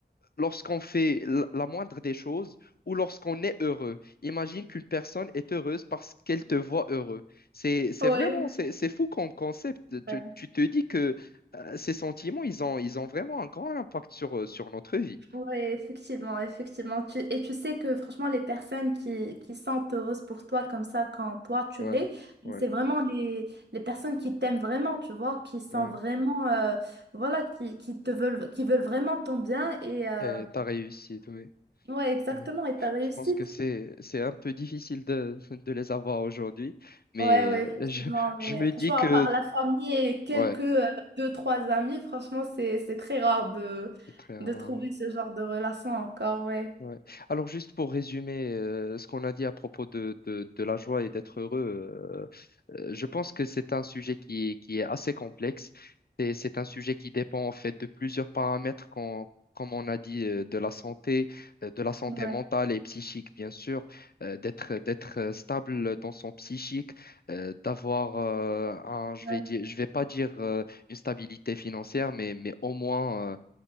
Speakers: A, on the left; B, on the right.
A: lorsqu'on fait l- la moindre des choses ou lorsqu'on est heureux. Imagine qu'une personne est heureuse parce qu'elle te voit heureux. C'est, c'est
B: ouais.
A: vraiment, c'est, c'est fou comme concept. Tu,
B: ouais.
A: tu te dis que euh, ces sentiments, ils ont, ils ont vraiment un grand impact sur, euh, sur notre vie.
B: Ouais, effectivement, effectivement. Tu- et tu sais que franchement, les personnes qui, qui sont heureuses pour toi comme ça quand toi tu
A: Ouais,
B: l'es,
A: ouais,
B: c'est vraiment les, les personnes qui t'aiment vraiment, tu vois, qui sont
A: ouais.
B: vraiment, euh, voilà, qui, qui te veulent, qui veulent vraiment ton bien et euh,
A: Et t'as réussi, oui.
B: ouais, exactement,
A: Oui.
B: et ta réussite.
A: Je pense que c'est, c'est un peu difficile de, de les avoir aujourd'hui, mais
B: Ouais, ouais, effectivement.
A: je,
B: Mais
A: je me
B: franchement,
A: dis que...
B: à part la famille et quelques
A: Ouais,
B: euh, deux, trois amis, franchement, c'est, c'est très rare de,
A: c'est très
B: de
A: rare.
B: trouver ce genre de relation encore, ouais.
A: Ouais. Alors juste pour résumer euh, ce qu'on a dit à propos de, de, de la joie et d'être heureux, euh, euh, je pense que c'est un sujet qui, est- qui est assez complexe. C'est, c'est un sujet qui dépend en fait de plusieurs paramètres qu'on- comme on a dit, euh, de la santé, euh, de la santé
B: Ouais,
A: mentale et psychique, bien sûr, euh, d'être, d'être euh, stable dans son psychique, euh, d'avoir euh, un, je
B: ouais.
A: vais dire, je vais pas dire euh, une stabilité financière, mais, mais au moins, euh,